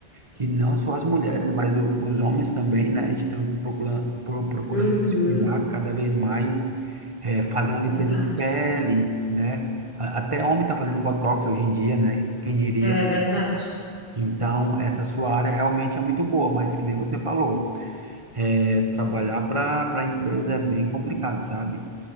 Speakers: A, on the right (about 30°); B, on the left (about 70°).
A: que não só as mulheres, mas o- os homens também, né? Estão procurando, procurando
B: Uhum.
A: se cuidar cada vez mais, eh, fazer uma
B: Verdade.
A: limpeza de pele, né? A- Até homem está fazendo botox hoje em dia, né? Quem diria?
B: É verdade.
A: Então, essa sua área realmente é muito boa, mas que nem você falou, eh, trabalhar para para a empresa é bem complicado, sabe?